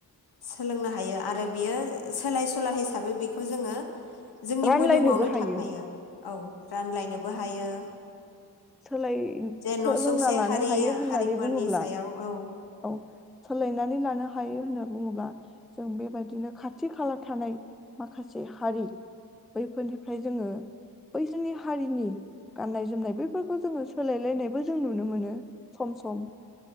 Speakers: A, on the left; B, in the centre.
A: सोलोंनो हायो आरो बियो सोलाय सुला हिसाबै बेखौ जोङो जोंनि
B: रानलायनोबो
A: मोदोमावनो
B: हायो
A: थाखायो औ रानलायनो बो हायो।
B: सोलाय
A: जे
B: सोलोंना
A: न'सुंसे
B: लानो
A: हारि
B: हायो होननानै
A: हारिफोरनि
B: बुङोब्ला
A: सायाव औ
B: औ सोलायनानै लानो हायो होनना बुङोब्ला जों बेबायदिनो खाथि खाला थानाय माखासे हारि बैफोरनिफ्राय जोङो बैसोरनि हारिनि गाननाय जोमनाय बैफोरखौ जोङो सोलायलायनायबो जों नुनो मोनो सम सम।